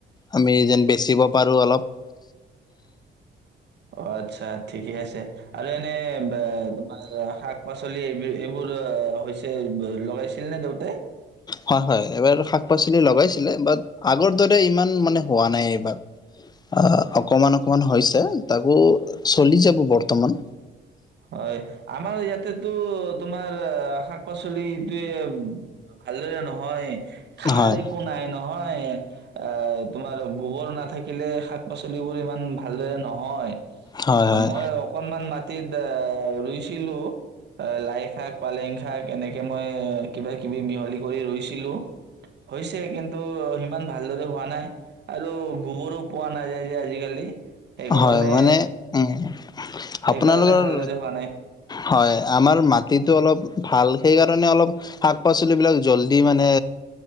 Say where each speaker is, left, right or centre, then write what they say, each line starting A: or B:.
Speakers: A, on the left; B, on the right.
A: আমি এজন বেচিব পাৰো অলপ।
B: অ', আচ্ছা ঠিকে আছে, আৰু এনে ব তমাৰ শাক-পাচ চলি এই এইবোৰ হৈছে লগাইছিল নে দেউতাই?
A: হয়, হয়, এইবাৰ শাক-পাচলি লগাইছিলে বাট আগৰ দৰে ইমান মানে হোৱা নাই এইবাৰ অকমান অকমান হৈছে তাকো চলি যাব বৰ্তমান।
B: হয়, আমাৰ ইয়াতেতো তোমাৰ শাক-পাচলিটোয়ে ভালদৰে নহয়। সাৰ
A: হয়।
B: একো নাই ন? হয়, এ তোমাৰ গোবৰ নাথাকিলে শাক-পাচলি বোৰ ইমান ভালদৰে নহয়।
A: হয় হয়
B: অ' মই অকনমান মা এ, ৰৰুইছিলোঁ লাই শাক, পালেং শাক। এনেকে মই কিবা কিবি মিহলি কৰি ৰুইছিলোঁ হৈছে, কিন্তু সিমান ভালদৰে হোৱা নাই আৰু গোবৰো পোৱা নাযায় যে আজিকালি। সেইকাৰণে
A: হয়, মানে উম।
B: সেইকাৰণে
A: আপোনালোকৰ
B: ভালদৰে হোৱা নাই
A: হয়, আমাৰ মাটিতো অলপ ভাল, সেইকাৰণে অলপ শাক-পাচলি বিলাক জল্দি মানে,